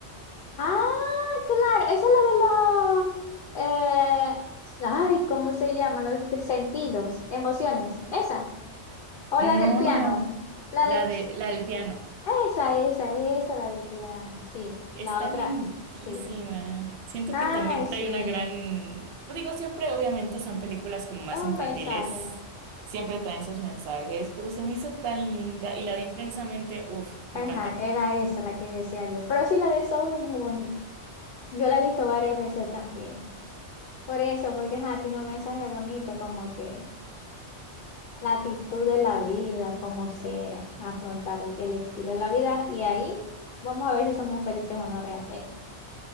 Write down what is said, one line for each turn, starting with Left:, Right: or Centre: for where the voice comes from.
Left: Ah, claro, eso es lo de los, eh, ay, ¿cómo se llama? Los t- sentidos, emociones, esa, o la del
Right: No,
Left: piano,
Right: no, no,
Left: la
Right: la
Left: del,
Right: de,
Left: ch-
Right: la del piano.
Left: esa, esa, esa, la del piano, sí,
Right: Está
Left: la otra,
Right: lindísima.
Left: sí,
Right: Siento
Left: ay,
Right: que también trae
Left: sí,
Right: una gran... pues Digo, siempre obviamente son películas como más
Left: es un
Right: infantiles,
Left: mensaje,
Right: siempre traen sus mensajes, pero se me hizo tan linda y la de Intensamente, uff, me
Left: ajá,
Right: encantó.
Left: era esa la que decía yo, pero sí, la de Soul es muy bonita, yo la he visto varias veces también, por eso, porque ajá, tiene un mensaje bonito, como que... La actitud de la vida, cómo ser, afrontar el, el estilo de la vida y ahí vamos a ver si somos felices o no realmente.